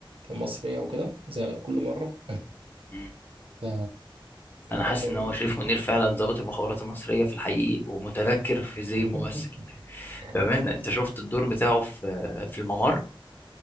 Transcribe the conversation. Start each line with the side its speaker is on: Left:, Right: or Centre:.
Right: المصرية وكده زي كل مرة
Left: مم.
Right: <laughs> ف
Left: انا حاسس
Right: هو بقى
Left: ان هو شريف منير فعلا ظابط المخابرات المصريه في الحقيقي ومتنكر في زي
Right: إيه؟
Left: ممثل
Right: <laughs>
Left: بامانه انت شفت الدور بتاعه في في الممر